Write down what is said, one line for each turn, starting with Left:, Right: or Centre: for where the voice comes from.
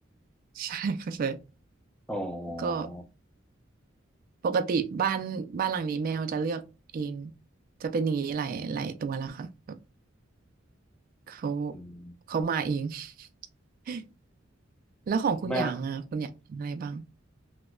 Right: <laughs> ใช่เข้าใจ
Centre: อ๋อ
Right: ก็ ปกติบ้านบ้านหลังนี้แมวจะเลือกเองจะเป็นอย่างนี้หลายหลายตัวแล้วค่ะแบบเขา
Centre: อืม
Right: เขามาเอง <laughs> แล้วของคุณอย่างอ่ะคุณอย่างอะไรบ้าง
Centre: แม่